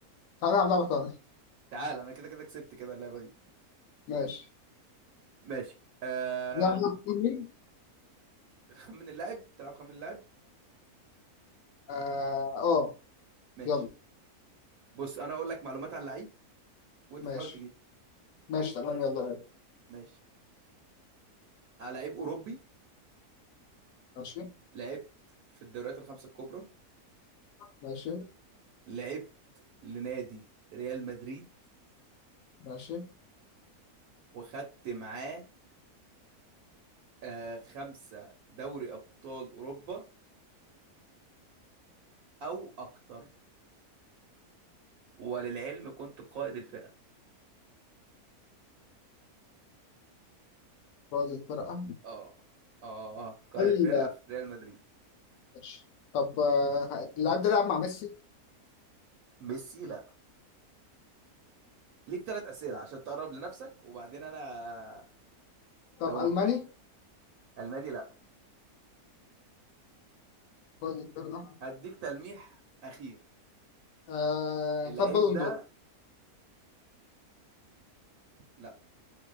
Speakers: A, on the left (about 70°); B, on the right (about 75°).
A: تعالى نلعب لعبة تانية
B: تعال انا كده كده كسبت كده اللعبة دي
A: ماشي
B: ماشي آه...
A: نلعب لعبة تانية
B: خمن اللاعب تلعب خمن اللاعب
A: آه. آه
B: ماشي
A: يلا
B: بص انا اقول لك معلومات عن لعيب وانت
A: ماشي
B: تحاول تجيبه
A: ماشي تمام يلا بينا.
B: ماشي آه، لعيب اوروبي
A: ماشي
B: لعبت في الدوريات الخمسة الكبرى
A: ماشي
B: لعبت لنادي ريال مدريد
A: ماشي
B: وخدت معاه آه خمسة دوري أبطال أوروبا أو أكتر وللعلم كنت قائد الفرقة
A: فاز الفرقة
B: اه اه قائد
A: هل
B: الفرقة في ريال مدريد
A: ماشي طب آه، اللاعب ده لعب مع ميسي
B: ميسي لا ليك ثلاث أسئلة عشان تقرب لنفسك وبعدين أنا
A: طب
B: لو
A: ألماني
B: مج... ألماني لا
A: فاز الفرقة
B: هديك تلميح أخير
A: آه.
B: اللعيب
A: خد بالون
B: ده
A: دور
B: لا